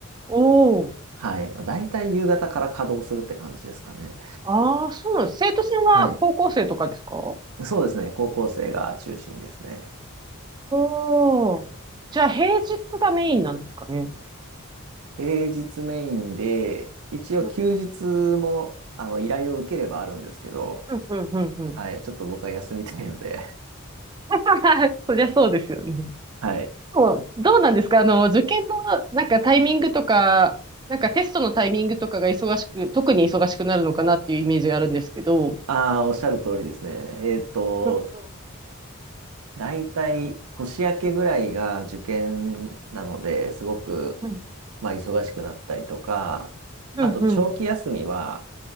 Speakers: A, on the right; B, on the right.
A: おお。
B: はい、だいたい夕方から稼働するって感じですかね。
A: ああ、そうなんです。生徒さんは高校生とかですかお
B: はい。そうですね、高校生が中心ですね。
A: おー。じゃあ平日がメインなんですかね。
B: 平日メインで、一応休日も、
A: うん
B: あの、依頼を受ければあるんですけど、
A: うんうんうんうん
B: はい、ちょっと僕は休みたいので、
A: <laughs>。そりゃそうですよね。
B: はい。
A: もうどうなんですかあの、受験のなんかタイミングとか、なんかテストのタイミングとかが忙しく、特に忙しくなるのかなっていうイメージがあるんですけど。
B: ああ、おっしゃる通りですね。えっと、
A: うん
B: 大体年明けぐらいが受験なので、すごく、
A: うん。
B: まあ、忙しくなったりとか、
A: うんうん。
B: あと長期休みは、
A: うん